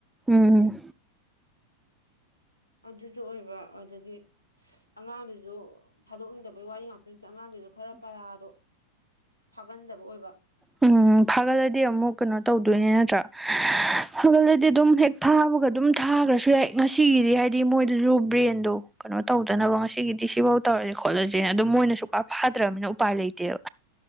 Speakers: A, in the centre; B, on the left (about 85°).
A: ꯎꯝ
B: ꯑꯗꯨꯖꯨ ꯑꯣꯏꯕ ꯑꯗꯒꯤ ꯁꯤ ꯑꯉꯥꯡꯗꯨꯖꯨ ꯊꯥꯗꯣꯛꯅꯤꯡꯗꯕꯩ ꯋꯥꯔꯤ ꯉꯥꯛꯇ ꯅꯠꯇ ꯑꯉꯥꯡꯗꯨꯖꯨ ꯈꯔ ꯄꯔꯥꯗꯣ ꯐꯥꯒꯟꯗꯕ ꯑꯣꯏꯕ
A: ꯎꯝ ꯐꯥꯒꯜꯂꯗꯤ ꯑꯃꯨꯛ ꯀꯩꯅꯣ ꯇꯧꯗꯣꯏꯅꯤ ꯅꯠꯇ꯭ꯔꯥ ꯍ ꯐꯒꯜꯂꯗꯤ ꯑꯗꯨꯝ ꯍꯦꯛ ꯐꯥꯕꯒ ꯑꯗꯨꯝ ꯊꯥꯒ꯭ꯔꯁꯨ ꯌꯥꯏ ꯉꯁꯤꯒꯤꯗꯤ ꯍꯥꯏꯗꯤ ꯃꯣꯏꯗꯁꯨ ꯕ꯭ꯔꯦꯟꯗꯣ ꯀꯩꯅꯣ ꯇꯧꯗꯅꯕ ꯉꯁꯤꯒꯤꯗꯤ ꯁꯤꯕꯥꯎ ꯇꯧꯔꯖꯤ ꯈꯣꯠꯂꯁꯦ ꯑꯗꯨꯝ ꯃꯣꯏꯅ ꯁꯨꯛꯄ ꯐꯥꯗ꯭ꯔꯝꯃꯤꯅ ꯎꯄꯥꯏ ꯂꯩꯇꯦꯕ꯫